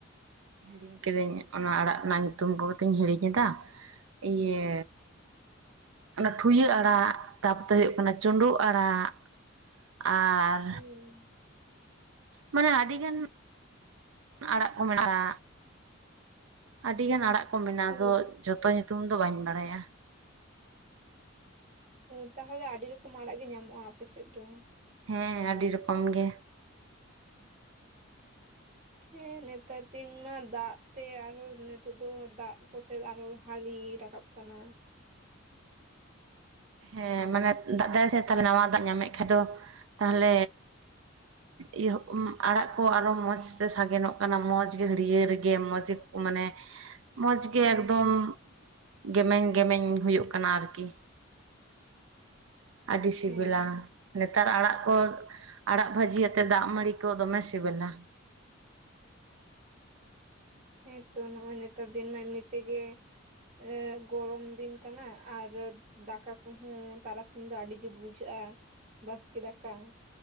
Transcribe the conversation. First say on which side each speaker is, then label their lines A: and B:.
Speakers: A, on the right; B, on the right.
A: ᱦᱤᱲᱤᱧ ᱠᱤᱫᱟᱹᱧ ᱚᱱᱟ ᱟᱲᱟᱜ ᱨᱮᱱᱟᱜ ᱧᱩᱛᱩᱢ ᱠᱚᱜᱮ ᱛᱩᱧ ᱦᱤᱲᱤᱧ ᱮᱫᱟ᱾ ᱤᱭᱤ. ᱚᱱᱟ ᱴᱷᱩᱭᱟᱹ ᱟᱲᱟᱜ ᱛᱟᱯᱚᱛᱮ ᱦᱩᱭᱩᱜ ᱠᱟᱱᱟ ᱪᱩᱸᱰᱩᱜ ᱟᱲᱟᱜ᱾ ᱟᱨ
B: ᱦᱩᱸ
A: ᱢᱟᱱᱮ ᱟᱹᱰᱤᱜᱟᱱ <inaudible> ᱟᱲᱟᱜ ᱠᱚ ᱢᱮᱱᱟᱜᱼᱟ ᱟᱹᱰᱤᱜᱟᱱ ᱟᱲᱟᱜ ᱠᱚ ᱢᱮᱱᱟᱜᱼᱟ
B: ᱚ
A: ᱟᱫᱚ ᱡᱷᱚᱛᱚ ᱧᱩᱛᱩᱢ ᱫᱚ ᱵᱟᱹᱧ ᱵᱟᱲᱟᱭᱟ᱾
B: ᱚ ᱛᱟᱦᱚᱞᱮ ᱟᱹᱰᱤ ᱨᱚᱠᱚᱢ ᱟᱲᱟᱜ ᱜᱮ ᱧᱟᱢᱚᱜᱼᱟ ᱟᱯᱮᱥᱮᱫ ᱫᱚ᱾
A: ᱦᱮᱸ ᱟᱹᱰᱤ ᱨᱚᱠᱚᱢ ᱜᱮ
B: ᱦᱮᱸ ᱱᱮᱛᱟᱨ ᱫᱤᱱ ᱢᱟ ᱫᱟᱜ ᱛᱮ ᱟᱨᱦᱚᱸ ᱱᱤᱛᱚᱜ ᱫᱚ ᱫᱟᱜ ᱠᱚᱛᱮ ᱟᱨᱦᱚᱸᱼᱼ ᱦᱟᱹᱞᱤ ᱨᱟᱠᱟᱵ ᱠᱟᱱᱟ᱾ <inaudible>
A: ᱦᱮᱸ ᱢᱟᱱᱮ ᱫᱟᱜ ᱮᱫᱟᱭ ᱥᱮ ᱛᱟᱦᱚᱞᱮ ᱱᱟᱶᱟ ᱫᱟᱜ ᱧᱟᱢᱮᱫ ᱠᱷᱟᱡ ᱫᱚ ᱛᱟᱦᱚᱞᱮᱼᱼ ᱤᱭᱟᱹ ᱟᱲᱟᱜ ᱠᱚ ᱟᱨᱦᱚᱸ ᱢᱚᱸᱡᱽ ᱛᱮ ᱥᱟᱜᱮᱱᱚᱜ ᱠᱟᱱᱟ ᱢᱚᱸᱡᱽ ᱜᱮ ᱦᱟᱹᱨᱭᱟᱹᱲ ᱜᱮ ᱢᱚᱸᱡᱽ ᱜᱮ ᱢᱟᱱᱮᱼᱼ
B: <inaudible>
A: ᱢᱚᱸᱡᱽ ᱜᱮ
B: ᱦᱮᱸ
A: ᱮᱠᱫᱚᱢ ᱜᱮᱢᱮᱧ ᱜᱮᱢᱮᱧ ᱦᱩᱭᱩᱜ ᱠᱟᱱᱟ ᱟᱨᱠᱤ᱾ ᱟᱹᱰᱤ ᱥᱤᱵᱤᱞᱟ
B: ᱦᱮᱸ
A: ᱱᱮᱛᱟᱨ ᱟᱲᱟᱜ ᱠᱚ ᱟᱲᱟᱜ ᱵᱷᱟᱹᱡᱤ ᱟᱛᱮᱫ ᱫᱟᱜ ᱢᱟᱹᱰᱤ ᱠᱚ ᱫᱚᱢᱮ ᱥᱤᱵᱤᱞᱟ,
B: ᱦᱮᱸ ᱛᱚ ᱱᱚᱜᱼᱚᱭ ᱱᱮᱛᱟᱨ ᱫᱤᱱ ᱢᱟ ᱮᱢᱱᱤ ᱛᱮ ᱜᱮᱼᱼ ᱮᱻ ᱜᱚᱨᱚᱢ ᱫᱤᱱ ᱠᱟᱱᱟ ᱟᱨ ᱫᱟᱠᱟ ᱠᱚ ᱦᱚᱸ ᱛᱟᱨᱟᱥᱤᱧᱼᱼ ᱤᱥᱤᱱ ᱫᱚ ᱟᱹᱰᱤ ᱡᱩᱛ ᱵᱩᱡᱷᱟᱹᱜᱼᱟ ᱵᱟᱥᱠᱮ ᱫᱟᱠᱟ᱾